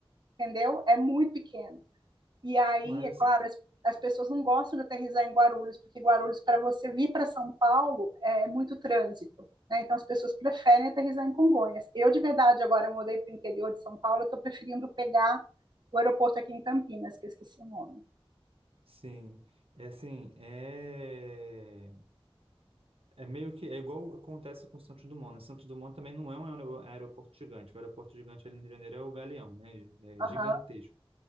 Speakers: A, on the right (about 45°); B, on the right (about 70°).
A: entendeu? É muito pequeno. E aí,
B: mas
A: é
B: assim,
A: claro, as, as pessoas não gostam de aterrissar em Guarulhos, porque Guarulhos, para você vir para São Paulo, é é muito trânsito. Né? Então, as pessoas preferem aterrissar em Congonhas. Eu, de verdade, agora eu mudei para o interior de São Paulo, eu estou preferindo pegar o aeroporto aqui em Campinas, que eu esqueci o nome.
B: sim, é assim, é É meio que é igual acontece com Santos Dumont, né? Santos Dumont também não é um aero- aeroporto gigante. O aeroporto gigante ali no Rio de Janeiro é o Galeão, né? É
A: Aham.
B: gigantesco.
A: <laughs>